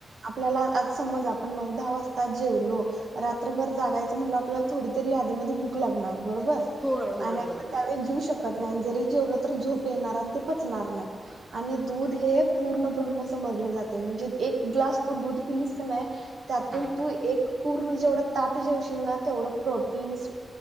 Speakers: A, on the right (about 70°); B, on the right (about 20°).
A: आपल्याला आज समज आपण नऊ दहा वाजता जेवलो रात्रभर जागायचं म्हणलं आपल्याला थोडी तरी आदीमध्ये भूक लागणार. बरोबर
B: होय होय
A: आणि आपण
B: बरोबर
A: त्यावेळेस जऊ शकतो. त नाही जरी जेवलं तर झोप येणार आणि ते पचणार नाही. आणि दूध हे पूर्ण ब्रहम्म समजले जाते म्हणजे एक ग्लास तू दूध पिलीस का नाही. त्यातून
B: हा
A: तू एक पूर्ण जेवढं ताट जेवशील ना तेवढं प्रोटीन्स